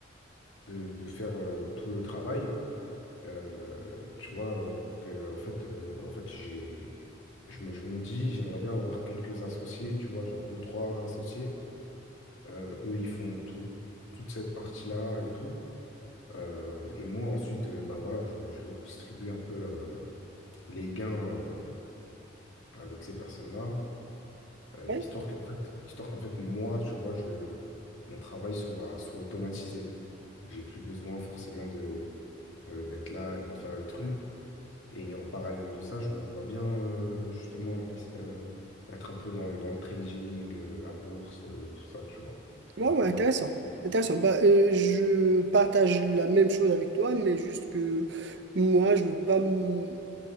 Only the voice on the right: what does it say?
oui,
ouais,
ouais,
intéressant.
Intéressant. Bah, euh, je partage la même chose avec toi, mais juste que moi, je veux pas. m-